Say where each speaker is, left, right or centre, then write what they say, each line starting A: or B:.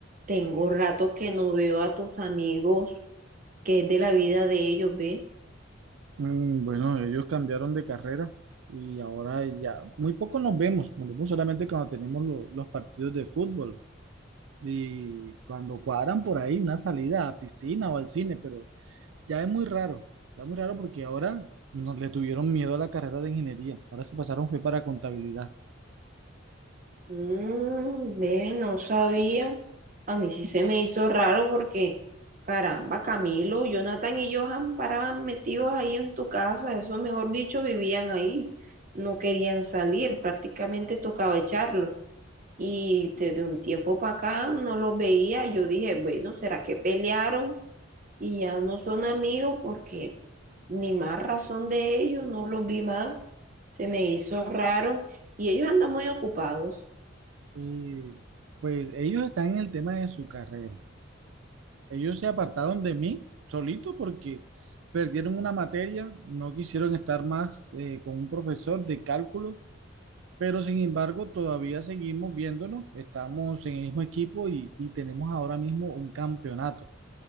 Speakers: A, on the right; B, on the right.
A: Tengo rato que no veo a tus amigos, que es de la vida de ellos, ve.
B: Mm, Bueno, ellos cambiaron de carrera y ahora ya muy poco nos vemos, nos vemos solamente cuando tenemos lo- los partidos de fútbol y cuando cuadran por ahí una salida a piscina o al cine, pero ya es muy raro, ya es muy raro porque ahora nos le tuvieron miedo a la carrera de ingeniería, ahora se pasaron fue para contabilidad.
A: Mm, ve, no sabía. A mí sí se me hizo raro porque, caramba, Camilo, Jonathan y Johan paraban metidos ahí en tu casa, eso mejor dicho, vivían ahí. No querían salir, prácticamente tocaba echarlos. Y desde un tiempo para acá no los veía. Yo dije, bueno, ¿será que pelearon y ya no son amigos? Porque ni más razón de ellos, no los vi más. se me hizo raro y ellos andan muy ocupados.
B: Y pues ellos están en el tema de su carrera, ellos se apartaron de mí solito porque perdieron una materia, no quisieron estar más eh, con un profesor de cálculo Pero sin embargo, todavía seguimos viéndonos, estamos en el mismo equipo y, y tenemos ahora mismo un campeonato.